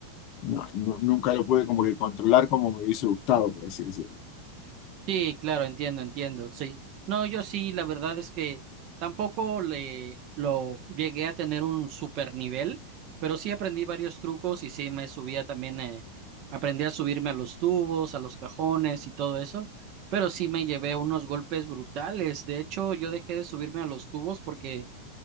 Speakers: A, on the left; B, on the right.
A: no- nu- nunca lo pude como que controlar como me hubiese gustado, por así decirlo.
B: Sí, claro, entiendo, entiendo, sí. No, yo sí, la verdad es que tampoco le lo llegué a tener un super nivel, pero sí aprendí varios trucos y sí me subía también, eh, aprendí a subirme a los tubos, a los cajones y todo eso, pero sí me llevé unos golpes brutales. De hecho, yo dejé de subirme a los tubos porque